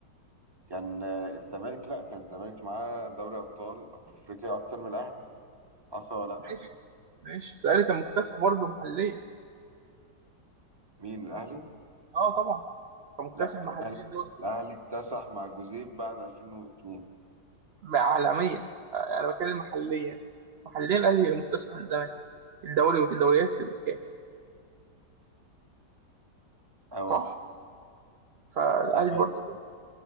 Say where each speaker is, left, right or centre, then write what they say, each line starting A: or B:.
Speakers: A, on the right (about 15°); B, on the right (about 70°).
A: كان آه، الزمالك لا كان الزمالك معاه دوري ابطال افريقيا اكتر من الاهلي حصل ولا لا
B: ماشي ماشي بس الاهلي كان مكتسح برضه محليا
A: مين الاهلي
B: اه طبعا كان مكتسح
A: لا
B: محليا
A: الاهلي
B: دول
A: الاهلي اكتسح مع جوزيب بعد 2002
B: عالميا آه، انا بتكلم محليا محليا الاهلي مكتسح من زمان الدوري والدوريات والكاس
A: اهو
B: صح فالاهلي
A: ده فعلا
B: برضه